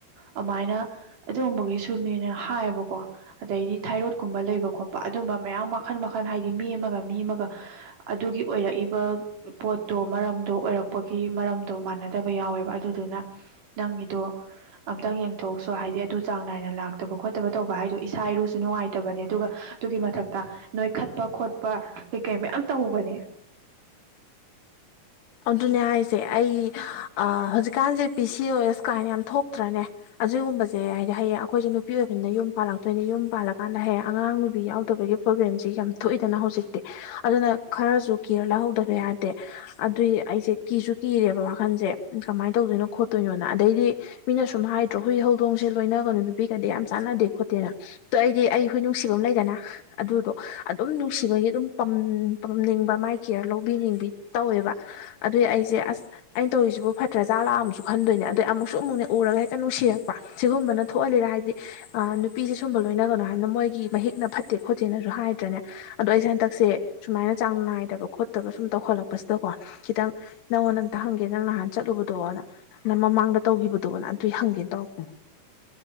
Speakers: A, on the right (about 55°); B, on the left (about 80°).
A: ꯑꯗꯨꯃꯥꯏꯅ ꯑꯗꯨꯒꯨꯝꯕꯒꯤꯁꯨꯅꯦꯅꯦ ꯍꯥꯏꯌꯦꯕꯀꯣ ꯑꯗꯩꯗꯤ ꯊꯥꯏꯔꯣꯠꯀꯨꯝꯕ ꯂꯩꯕ ꯈꯣꯠꯄ ꯑꯗꯨꯝꯕ ꯃꯌꯥꯝ ꯃꯈꯜ ꯃꯈꯜ ꯍꯥꯏꯗꯤ ꯃꯤ ꯑꯃꯒ ꯃꯤ ꯑꯃꯒ ꯑꯗꯨꯒꯤ ꯑꯣꯏꯔꯛꯏꯕ ꯄꯣꯠꯇꯣ ꯃꯔꯝꯗꯣ ꯑꯣꯏꯔꯛꯄꯒꯤ ꯃꯔꯝꯗꯣ ꯃꯥꯟꯅꯗ ꯇꯕ ꯌꯥꯎꯋꯦꯕ ꯑꯗꯨꯗꯨꯅ ꯅꯪꯒꯤꯗꯣ ꯑꯝꯇꯪ ꯌꯦꯡꯊꯣꯛꯎꯁꯨ ꯍꯥꯏꯗꯤ ꯑꯗꯨ ꯆꯥꯡ ꯅꯥꯏꯅ ꯂꯥꯛꯇꯕ ꯈꯣꯠꯇꯕ ꯇꯧꯕ ꯍꯥꯏꯗꯣ ꯏꯁꯥ ꯏꯔꯨꯁꯨ ꯅꯨꯡꯉꯥꯏꯇꯕꯅꯦ ꯑꯗꯨꯒ ꯑꯗꯨꯒꯤ ꯃꯊꯛꯇ ꯅꯣꯏ ꯈꯠ ꯈꯠꯄ ꯈꯣꯠꯄ ꯀꯩ ꯀꯩ ꯃꯌꯥꯝ ꯇꯧꯕꯅꯦ
B: ꯑꯗꯨꯅꯦ ꯍꯥꯏꯁꯦ ꯑꯩ ꯑ ꯍꯧꯖꯤꯛꯀꯥꯟꯁꯦ ꯄꯤ ꯁꯤ ꯑꯣ ꯑꯦꯁ ꯀꯥꯏꯅ ꯌꯥꯝ ꯊꯣꯛꯇ꯭ꯔꯅꯦ ꯑꯁꯤꯒꯨꯝꯕꯁꯦ ꯍꯥꯏꯗꯤ ꯍꯌꯦꯡ ꯑꯩꯈꯣꯏꯁꯨ ꯅꯨꯄꯤ ꯅꯨꯄꯤ ꯑꯣꯏꯕꯅꯤꯅ ꯌꯨꯝ ꯄꯥꯜꯂꯛꯇꯣꯏꯅꯤ ꯌꯨꯝ ꯄꯥꯜꯂꯀꯥꯟꯗ ꯍꯦꯛ ꯑꯉꯥꯡ ꯅꯨꯕꯤ ꯌꯥꯎꯗꯕꯒꯤ ꯄ꯭ꯔꯣꯕ꯭ꯂꯦꯝꯁꯤ ꯌꯥꯝ ꯊꯣꯛꯏꯗꯅ ꯍꯧꯖꯤꯛꯇꯤ ꯑꯗꯨꯅ ꯈꯔꯁꯨ ꯀꯤꯌꯔ ꯂꯧꯍꯧꯗꯕ ꯌꯥꯗꯦ ꯑꯗꯨꯏ ꯑꯩꯁꯦ ꯀꯤꯁꯨ ꯀꯤꯔꯦꯕ ꯋꯥꯈꯟꯁꯦ ꯀꯃꯥꯏꯅ ꯇꯧꯗꯣꯏꯅꯣ ꯈꯣꯠꯇꯣꯏꯅꯣ ꯅ ꯑꯗꯩꯗꯤ ꯃꯤꯅ ꯁꯨꯝ ꯍꯥꯏꯗ꯭ꯔꯣ ꯍꯨꯏ ꯍꯧꯗꯣꯡꯁꯦ ꯂꯣꯏꯅꯒꯅꯨ ꯅꯨꯄꯤꯒꯗꯤ ꯌꯥꯝ ꯆꯥꯟꯅꯗꯦ ꯈꯣꯠꯇꯦꯅ ꯇꯣ ꯑꯩꯗꯤ ꯑꯩ ꯍꯨꯏ ꯅꯨꯡꯁꯤꯕ ꯑꯃ ꯂꯩꯗꯅ ꯑꯗꯨꯗꯣ ꯑꯗꯨꯝ ꯅꯨꯡꯁꯤꯕꯒꯤ ꯑꯗꯨꯝ ꯄꯝꯅꯤꯡꯕ ꯃꯥꯏ ꯀꯦꯌꯔ ꯂꯧꯕꯤꯅꯤꯡꯕꯤ ꯇꯧꯋꯦꯕ ꯑꯗꯨꯏ ꯑꯩꯁꯦ ꯑꯁ ꯑꯩꯅ ꯇꯧꯔꯤꯁꯤꯕꯨ ꯐꯠꯇꯦ ꯇ꯭ꯔꯖꯥ ꯂꯥꯛꯑꯨꯁꯨ ꯈꯟꯗꯣꯏꯅꯦ ꯑꯗꯩ ꯑꯃꯨꯛꯁꯨ ꯑꯃꯨꯛꯅꯦ ꯎꯔꯒ ꯍꯦꯛꯇ ꯅꯨꯡꯁꯤꯔꯛꯄ ꯁꯤꯒꯨꯝꯕꯅ ꯊꯣꯛꯍꯜꯂꯤꯔ ꯍꯥꯏꯗꯤ ꯑ ꯅꯨꯄꯤꯁꯦ ꯁꯨꯝꯕ ꯂꯣꯏꯅꯒꯅꯣ ꯍꯥꯏꯕꯅꯤꯅ ꯃꯣꯏꯒꯤ ꯃꯍꯤꯛꯅ ꯐꯠꯇꯦ ꯈꯣꯠꯇꯦꯅꯁꯨ ꯍꯥꯏꯗ꯭ꯔꯦꯅꯦ ꯑꯗꯣ ꯑꯩꯁꯦ ꯍꯟꯗꯛꯁꯦ ꯁꯨꯃꯥꯏꯅ ꯆꯥꯡ ꯅꯥꯏꯗꯕ ꯈꯣꯠꯇꯕ ꯁꯨꯝ ꯇꯧꯈꯠꯂꯛꯄ ꯄꯁꯤꯗꯀꯣ ꯈꯤꯇꯪ ꯅꯪꯉꯣꯟꯗ ꯑꯝꯇ ꯍꯪꯒꯦ ꯅꯪ ꯅꯍꯥꯟ ꯆꯠꯂꯨꯕꯗꯣ ꯅꯪ ꯃꯃꯥꯡꯗ ꯇꯧꯈꯤꯕꯗꯣꯅ ꯑꯗꯨꯏ ꯍꯪꯒꯦ ꯇꯧꯔꯛꯄꯅꯦ